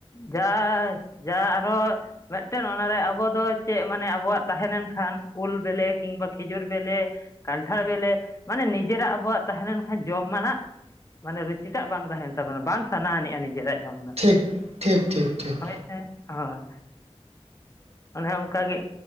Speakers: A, on the left; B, on the right.
A: ᱜᱟᱭ ᱡᱟ ᱟᱨᱦᱚᱸ᱾ ᱢᱤᱫᱴᱮᱱ ᱚᱱᱟᱨᱮ ᱟᱵᱚ ᱫᱚ ᱪᱮᱫ ᱢᱟᱱᱮ ᱟᱵᱚᱣᱟᱜ ᱛᱟᱦᱮᱸ ᱞᱮᱱᱠᱷᱟᱱ ᱩᱞ ᱵᱤᱞᱮ ᱠᱤᱢᱵᱟ ᱠᱷᱮᱡᱩᱨ ᱵᱮᱞᱮ᱾ ᱠᱟᱱᱴᱷᱟᱲ ᱵᱮᱞᱮ ᱢᱟᱱᱮ ᱱᱤᱡᱮᱨᱟᱜ ᱟᱵᱚᱣᱟᱜ ᱛᱟᱦᱮᱸ ᱞᱮᱱᱠᱷᱟᱱ ᱡᱚᱢ ᱢᱟᱱᱟᱜ ᱢᱟᱱᱮ ᱨᱩᱪᱤ ᱴᱟᱜ ᱵᱟᱝ ᱛᱟᱦᱮᱱ ᱛᱟᱵᱚᱱᱟ ᱵᱟᱝ ᱥᱟᱱᱟ ᱟᱱᱤᱡ-ᱟ ᱱᱤᱡᱮᱨᱟᱜ ᱡᱚᱢ ᱫᱚ
B: ᱴᱷᱤᱠ ᱴᱷᱤᱠ ᱴᱷᱤᱠ ᱴᱷᱤᱠ
A: ᱦᱳᱭ᱾ ᱦᱳᱭ ᱚᱱᱮ ᱚᱱᱠᱟᱜ ᱜᱮ᱾